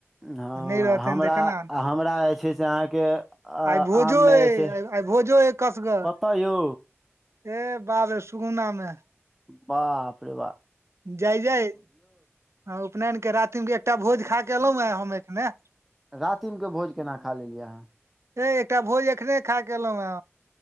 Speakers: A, in the centre; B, on the right.
A: हँ
B: आ नहि रहतनि
A: हमरा
B: तऽ केना आनब
A: हमरा जे छै से अहाँके
B: आइ भोजो
A: आममे
B: अइ
A: जे छै
B: आइ भोजो हे कसगर
A: कतऽ यौ
B: हे बाप रे सुगुना मे
A: बापरे बा
B: जय जय उपनयनके रातिमे एकटा भोज खा कऽ एलहुँ हे हम एखने।
A: रातिम के भोज केना खा लेलियै अहाँ
B: ए एकटा भोज एखने खा के एलहुँ ह